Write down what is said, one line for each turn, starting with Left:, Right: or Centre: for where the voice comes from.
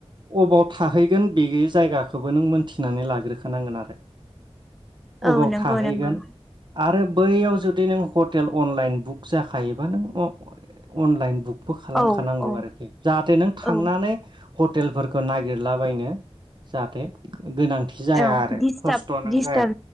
Right: । अबाव थाहैगोन बे जायगाखौबो नों मोनथिनानै लाग्रोखानांगोन आरो।
Centre: औ
Right: अबाव
Centre: नंगौ
Right: थाहैगोन
Centre: नंगौ।
Right: आरो बैयाव जुदि नों हटेल अनलाइन बुक जाखायोबा नों अनलाइन बुक बो खालामखानांगौ
Centre: औ औ
Right: आरोखि जाहाथे नों थांनानै
Centre: औ
Right: हटेलफोरखौ नागिरलाबायनो जाहाथे गोनांथि जाया
Centre: औ
Right: आरो।
Centre: दिस्टाब
Right: खस्थ' नों
Centre: दिस्टाब
Right: जाया